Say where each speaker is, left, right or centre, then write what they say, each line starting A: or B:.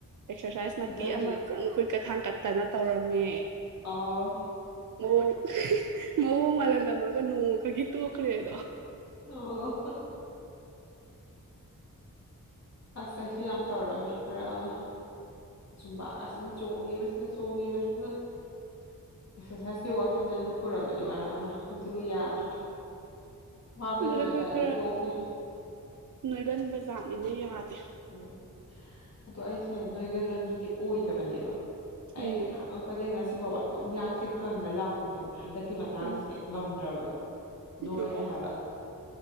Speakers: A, on the right; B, on the left.
A: ꯑꯦꯛꯁꯔꯁꯥꯏꯁ ꯃꯇꯦꯛ
B: ꯐꯨꯗꯕꯤ
A: ꯑꯃ ꯈꯣꯡ ꯈꯨꯨꯠꯀ ꯊꯥꯡꯀꯠꯇꯅ ꯇꯧꯔꯝꯃꯦ
B: ꯑꯣ
A: ꯃꯑꯣꯡ ꯃꯑꯣꯡ ꯃꯥꯜꯍꯜꯂꯝꯃꯒ ꯅꯣꯡꯃ ꯈꯛꯒꯤ ꯇꯣꯛꯈ꯭ꯔꯦꯗꯣ
B: ꯑꯣ ꯑꯁ ꯑꯩꯁꯨ ꯌꯥꯝ ꯇꯧꯔꯝꯃꯦ ꯃꯔꯛ ꯑꯃ ꯖꯨꯝꯕꯒꯁꯤꯅ ꯆꯣꯡꯉꯤꯕꯁꯤꯅ ꯆꯣꯡꯉꯤꯕꯁꯤꯅ ꯑꯦꯛꯁꯔꯁꯥꯏꯁ ꯁꯤ ꯋꯥꯈꯟꯗ ꯂꯨꯞꯄꯨꯔꯕꯅꯤ ꯃꯔꯛ ꯑꯃ ꯑꯗꯨꯕꯨ ꯌꯥꯗ꯭ꯔꯦ ꯋꯥꯕ
A: ꯑꯗꯨꯗ
B: ꯅꯨꯃꯤꯠꯇ
A: ꯑꯩꯈꯣꯏ
B: ꯑꯗꯨꯝ
A: ꯈꯔ
B: ꯇꯣꯛꯈꯤ
A: ꯅꯣꯏꯒꯟꯕ ꯖꯥꯠꯅꯤꯅ ꯌꯥꯗꯦ
B: ꯎꯝ ꯑꯗꯣ ꯑꯩꯁꯦ ꯅꯣꯏꯒꯟꯕ ꯃꯤꯗꯤ ꯑꯣꯏꯗꯕꯅꯦꯕ ꯑꯩ
A: ꯎꯝ
B: ꯍꯦꯛ ꯈꯪꯉꯛ ꯄꯗꯩ ꯉꯁꯤꯐꯥꯎꯕ ꯑꯗꯨꯝ ꯌꯥꯡꯁꯦ ꯀꯪꯉ ꯂꯥꯛꯄꯅꯦꯕ ꯍꯟꯗꯛꯀꯤ ꯃꯇꯥꯡꯁꯤꯗꯤ
A: ꯎꯝ
B: ꯉꯝꯗ꯭ꯔꯕꯗꯣ ꯅꯣꯏꯔꯦ
A: ꯑꯣ
B: ꯍꯥꯏꯕ